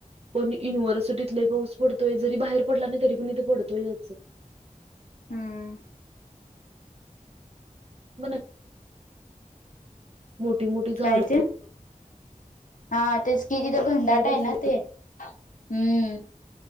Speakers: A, on the right; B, on the left.
A: पण युनिव्हर्सिटीतलाही पाऊस पडतोय जरी बाहेर पडला नाही तरी पण इथे पडतोय.
B: हम्म.
A: <inaudible> मोठी मोठी झाड.
B: काय ते? हा तेच किती तर घनदाट आहे
A: तसे.
B: ना ते हम्म.